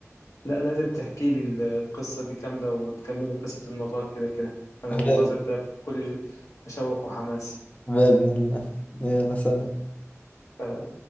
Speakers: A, on the left; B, on the left.
A: لا لازم تحكي لي ال- القصة دي كاملة وتكمل قصة المطار كده كده أنا
B: بإذن
A: منتظر ده بكل تشوق وحماس
B: بإذن الله يلا سلام
A: فعلا